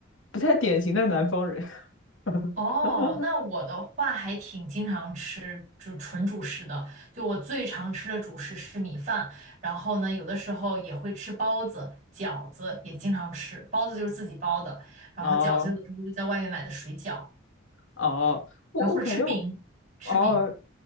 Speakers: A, on the left; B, on the right.
A: 不太典型的南方人。
B: 哦，
A: <laughs>
B: 那我的话还挺经常吃就纯主食的，就我最常吃的主食是米饭，然后呢，有的时候也会吃包子、饺子，也经常吃。包子就是自己包的，然后饺子有的时候就在外面买的水饺。
A: 哦哦，我我感觉我，
B: 然后或者吃饼，吃饼。
A: 哦，